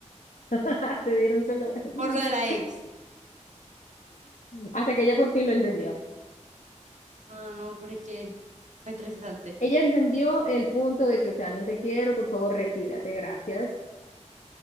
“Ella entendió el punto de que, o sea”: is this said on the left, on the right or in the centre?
Left